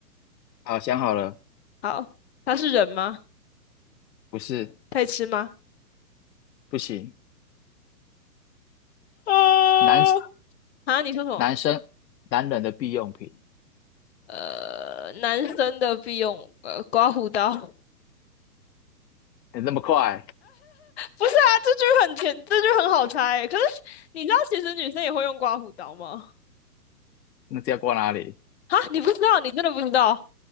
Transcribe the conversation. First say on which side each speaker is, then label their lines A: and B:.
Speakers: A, on the left; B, on the left.
A: 好，想好了，
B: 好，它是人吗？
A: 不是，
B: 可以吃吗？
A: 不行，
B: 呃，
A: 男
B: 啊，你说什么？
A: 男生男人的必用品，
B: 呃，男生的必用呃刮胡刀，<laughs> 不
A: 你那么快，
B: 是啊，这句很简，这句很好猜。可是你知道，其实女生也会用刮胡刀吗？
A: 那这要挂哪里？
B: 啊，你不知道，你真的不知道。